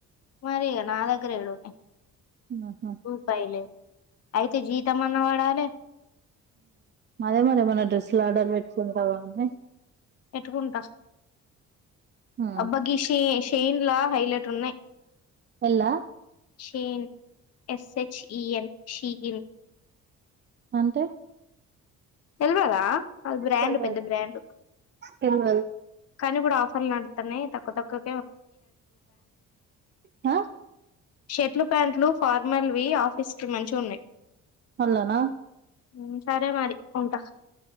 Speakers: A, on the left (about 55°); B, on the right (about 35°).
A: మరి ఇగా నా దగ్గర ఎడన్నాయి
B: ఆహా
A: రూపాయిలు అయితే జీతం అన్న పడాలి
B: అదే మరే ఏమన్నా డ్రెస్సులు ఆర్డర్ పెట్టుకుంటావా అన్న
A: పెట్టుకుంట
B: ఆ
A: అబ్బ ఈ సేన్ లా హైలైట్ ఉన్నాయ్
B: పెళ్ళా
A: షేన్ ఎస్ హెచ్ఈఎన్ షీఇన్
B: అంటే
A: తెల్వదా అది బ్రాండ్
B: తెల్వదు
A: పెద్ద బ్రాండ్
B: తెల్వదు
A: కానీ కూడ అఫ్ అఫర్ లు నడుతున్నాయ్ తక్కు తక్కువ్
B: హ
A: షర్ట్లు ప్యాంట్లు ఫార్మల్వి ఆఫీస్ కి మంచివి ఉన్నాయి
B: అల్లన
A: ఉ సరే మరి ఉంటా